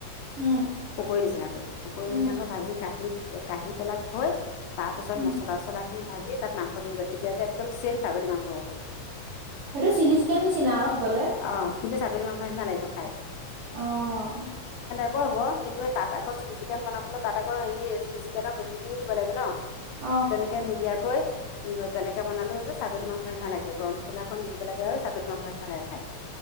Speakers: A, on the right; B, on the left.
A: উম
B: পকৰী নিচিনাকৈ পকৰী
A: উম
B: নিচিনাকৈ ভাজি কাঁহীত কাঢহি পেলাই থৈ। তাৰ পিছত
A: উম
B: মছলা চছলা খিনি ভাজি তাত মাংস দি দিব তেতিয়া যে একদম চেম ছাগলী মাংস হ'ব।
A: সেইটো চিলি চিকেন নিচিনা আৰু খাবলে।
B: অ কিন্তু ছাগলী মাংস নিচিনা লাগিব খাই।
A: আহ
B: হ'ব হ'ব কিন্তু তাত আকৌ চিলি চিকেন বনাবলে তাত আকৌ হেৰি চিলি চিকেনৰ বস্তু খিনিও দিব লাগিব ন।
A: অ
B: তেনেকে নিদিয়াকৈ উ তেনেকে বনালো যে ছাগলী মাংস নি ন লাগে। গৰম মছলাক দি দিবাগে আৰু ছাগলী মাংস নিচিনাাগে খাই।